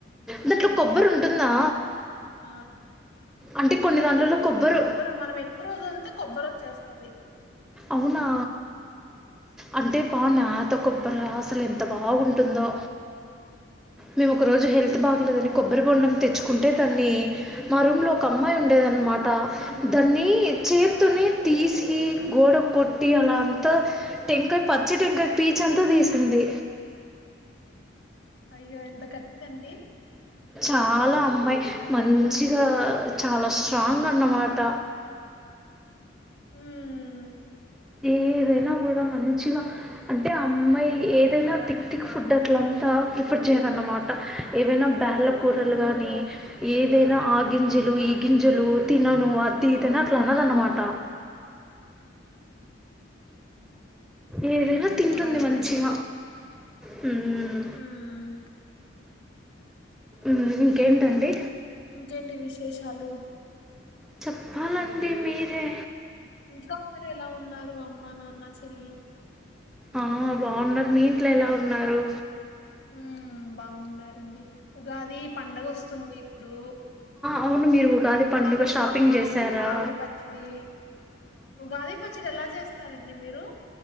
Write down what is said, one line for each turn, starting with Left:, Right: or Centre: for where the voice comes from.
Centre: దాంట్లొ కొబ్బరుంటుందా
Left: ఆ
Centre: అంటే కొన్ని దాంట్లలో కొబ్బరు
Left: కొబర్ మనం ఎక్కువ రోజు వేడ్తే కొబ్బరోచ్చేస్తది
Centre: అవునా అంటే బా న్యాతోకోబ్ బరా అసల్
Left: అవును
Centre: ఎంతబాగుందో మేం ఒక రోజు హేల్ ల్త్ బాగలేదని
Left: అవును
Centre: కొబ్బరి బొండం తెచ్చుకుంటే దాన్ని మా రూమ్ లో ఒక అమ్మాయి ఉండేదన్నమా టా
Left: ఉమ్
Centre: దాన్ని చేతోనే తీసి గోడకొట్టి అలా అంతా టెంకాయ పచ్చి టెంకాయి పీచ్ అంతా తీసింది
Left: అయ్యో ఎంత గట్టిదండి
Centre: చాలా అమ్మాయి మంచిగా
Left: ఉమ్
Centre: చాల స్ట్రాంగ్ అన్నమాట
Left: ఉమ్
Centre: ఏదైనా గుడ మంచిగా అంటే అమ్మాయి ఏదైనా తిక్ తిక్ ఫుడ్ అట్లాంతా ప్రిఫర్ చేయదన్నమాట ఏవైనా పాలకూరలు
Left: ఉమ్
Centre: గాని ఏదైనా ఆ గింజలు ఈ గింజలు తినను అది ఇది అట్లా అనదన్నమాట ఏదైనా
Left: ఉహు
Centre: తింటుంది
Left: అదేలేండి
Centre: మంచిగ హు మ్
Left: ఉమ్
Centre: మ్ ఇంకేంటండి
Left: ఇంకేంటీ విశేషాలు
Centre: చెప్పాలండి మీరే
Left: ఇంట్లో అందరు ఎలా ఉన్నారు అమ్మ నాన్న చెల్లి
Centre: ఆ బావున్నారు మీ ఇంట్లో ఎలా ఉన్నారు
Left: ఉమ్ బాగున్నారండి ఉగాది పండగ ఓస్తుంది ఇప్పుడు
Centre: అవును మీరు ఉగాది పండుగ
Left: మామిడి
Centre: షాపింగ్
Left: తోరణాలు
Centre: చేశారా
Left: మామిడి పచ్చడి ఉగాది పచ్చడి ఎలా చేస్తారండి మీరు